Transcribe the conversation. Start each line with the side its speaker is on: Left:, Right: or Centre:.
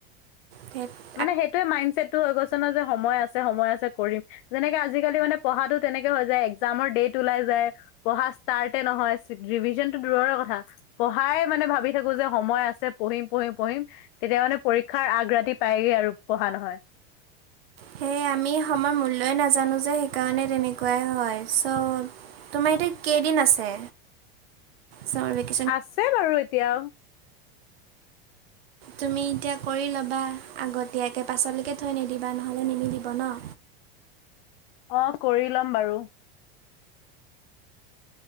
Right: থেইত
Left: মানে সেইটোৱে মাইণ্ড ছেটটো হৈ গৈছে ন যে সময়, আছে সময় আছে কৰিম- যেনেকে আজিকালি মানে পঢ়াতো তেনেকে হৈ যায় এক্সযাম ডেট ওলাই যায়। পঢ়া ষ্টাৰ্টে নহয় ৰিভিজন টো দূৰৰে কথা পঢ়াই মানে ভাবি থাকো যে সময় আছে পঢ়িম পঢ়িম পঢ়িম তেতিয়া মানে পৰীক্ষাৰ আগ ৰাতি প্ৰাইয়ে আৰু পঢ়া নহয়।
Right: সেয়ে আমি সময়ৰ মূল্যই নাজানো যে সেইকাৰণে তেনেকুৱাই হয় চ' তোমাৰ এতিয়া কেইদিন আছে চমাৰভেক-
Left: আছে বাৰু এতিয়া
Right: তুমি এতিয়া কৰি ল'বা আগতীয়াকে পাচলেকে থৈ নিদিবা নহ'লে নিমিলিব ন।
Left: অ কৰি ল'ম বাৰু।